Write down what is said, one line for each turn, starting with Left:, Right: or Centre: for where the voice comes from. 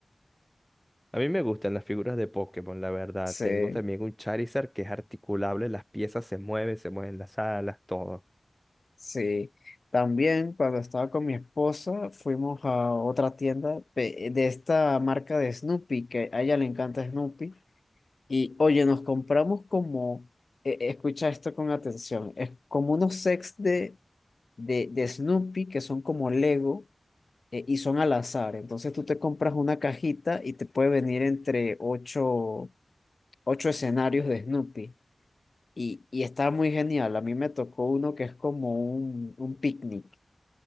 Centre: A mí me gustan las figuras de Pokémon, la verdad.
Left: Sí,
Centre: Tengo también un Charizard que es articulable, las piezas se mueven, se mueven las alas, todo.
Left: sí. También cuando estaba con mi esposa fuimos a otra tienda pe- de esta marca de Snoopy, que a ella le encanta Snoopy. Y oye, nos compramos como, e- escucha esto con atención, es como unos sets de de, de Snoopy que son como Lego eh, y son al azar. Entonces tú te compras una cajita y te puede venir entre ocho, ocho escenarios de Snoopy. Y, y está muy genial. A mí me tocó uno que es como un, un picnic.